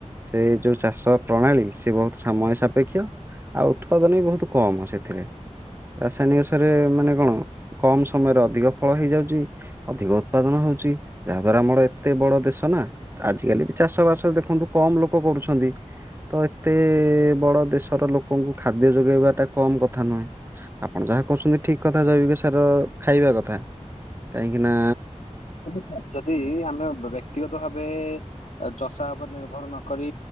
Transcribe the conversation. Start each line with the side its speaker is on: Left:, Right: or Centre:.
Right: ସେଇ ଯଉ ଚାଷ ପ୍ରଣାଳୀ ସେ ବହୁତ ସାମୟ ସାପେକ୍ଷ ଆଉ ଉତ୍ପାଦନ ବି ବହୁତ କମ ସେଥିରେ। ରାସାୟନିକ ସରେ ମାନେ କଣ କମ ସମୟରେ ଅଧିକ ଫଳ ହେଇଯାଉଚି। ଅଧିକ ଉତ୍ପାଦନ ହଉଚି ଯାହା ଦ୍ଵାରା ଆମର ଏତେ ବଡ ଦେଶ ନା। ଆଜିକାଲି ବି ଚାଷ ବାସ ଦେଖନ୍ତୁ କମ ଲୋକ କରୁଛନ୍ତି ତ ଏତେ ଏ ବଡ ଦେଶର ଲୋକଙ୍କୁ ଖାଦ୍ୟ ଯୋଗେଇବା ତ କମ କଥା ନୁହେଁ ଆପଣ ଯାହା କଉସନ୍ତି ଠିକ କଥା ଜୈବିକ ସାର ଖାଇବା କଥା କାହିଁକି ନା
Left: ନାଁ ଯଦି ଆମେ ବ ବ୍ୟକ୍ତିଗତ ଭାବେ ଆଉ ଚଷା ଉପରେ ନିର୍ଭର ନକରି